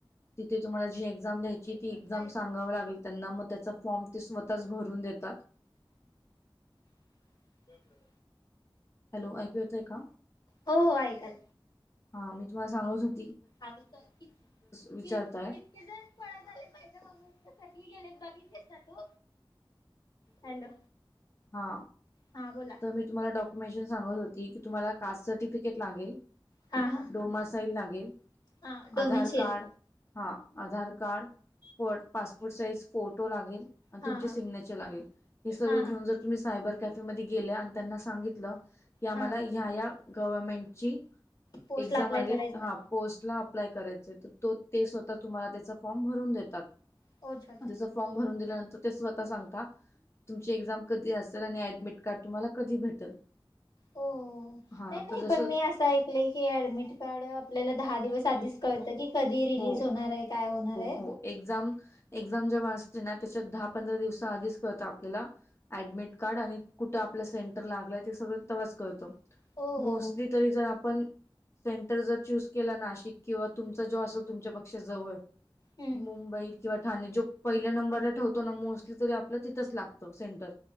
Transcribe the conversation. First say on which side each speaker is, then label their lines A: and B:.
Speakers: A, on the left; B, on the left.
A: तिथे तुम्हाला जे एक्झाम ल्यायची ती एक्झाम
B: काय
A: सांगाव लागली त्यांना मग त्याचा फॉर्म ते स्वतःच भरून देतात <unintelligible>
B: ते
A: हॅलो ऐकू येतय का
B: हो हो ऐकाल.
A: हा मी तुम्हाला सांगच होत
B: अ कितक
A: विचारताय
B: जण फळ झाले माझ मममी सगळी गेले बघितलीस ना तू हॅलो
A: हा
B: हा बोला
A: तर मी तुम्हाला डॉक्युमेंशन सांगत होती की तुम्हाला कास्ट सर्टिफिकेट लागेल
B: हा हा
A: डोमासाईल लागेल
B: हा
A: आधार
B: डोमिनशेल
A: कार्ड हा आधार कार्ड फ पासपोर्ट साईज फोटो लागेल आणि
B: हा
A: तुमचे
B: हा
A: सिग्नेचर लागेल हे सगळं
B: हा
A: घेऊन
B: हा
A: जर तुम्ही सायबर कॅफेमध्ये गेले आणि त्यांना सांगितलं क आम्हाला
B: हा
A: ह गवमेंट
B: पोस्टला
A: एझाम
B: अप्लाय
A: ह
B: करायचं.
A: पोस्ट अप्लाय करायचे तर ते स्वतः तुम्हाला त्याचा फॉर्म भरून देतात
B: ओ अच्छा अच्छा
A: त्याच
B: अच्छा.
A: फॉर्म भरून दिल्यानंतर ते स्वतः सांगता तुमची एझाम कधी असेलऍडमिट कार्ड तुम्हाला कधी भेटेल
B: हो
A: हा
B: नाही नाही
A: तर जसं
B: पण मी असं ऐकलं की ऍडमिट कार्ड आपल्याला दहा दिवस आधीच कळतं की कधी रिलीज
A: हो
B: होणार आहे काय होणार आहे
A: हो एक्झाम एझाम जेव्हा अस त्याच्यात दहा पंधरा दिवसा आधीच कत आपल्याला अऍडमिट कार्ड आणि कुठे आपल्या सेंटर ला सगच करत
B: हो हो
A: मोस्टली
B: हो
A: तरी जर आपण सेंटर जर चूस केला नाशिक किंवा तुमचा जो असल तुमच्या पेक्षा जवळ
B: हम्म
A: मुंबई किंवा ठाणे जो पहिल्या नंबरला ठेवतो ना मोस्टली तरी आपलं तिथंच लागतं सेंटर